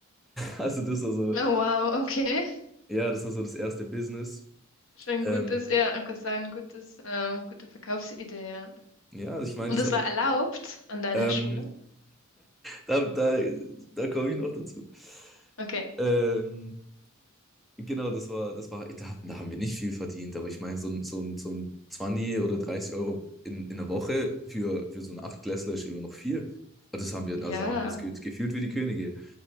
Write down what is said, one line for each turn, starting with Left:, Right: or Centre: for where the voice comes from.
Centre: Also das war so,
Left: Oh wow, okay.
Centre: ja, das war so das erste Business.
Left: Schon
Centre: Ähm,
Left: gutes, ja, ich kann sagen, gutes, äh, gute Verkaufsidee. ja.
Centre: ja, also ich meine,
Left: Und
Centre: das
Left: das
Centre: hat
Left: war
Centre: doch,
Left: erlaubt an deiner
Centre: ähm,
Left: Schule?
Centre: Da, da, da komme ich noch dazu.
Left: Okay.
Centre: Ähm, genau, das war, das war, da, hatten- da haben wir nicht viel verdient, aber ich meine, so ein, so ein, so ein 20 oder 30 Euro in, in der Woche für, für so einen Achtklässler ist immer noch viel. Aber Das haben wir,
Left: Ja.
Centre: also da haben wir uns ge- gefühlt wie die Könige.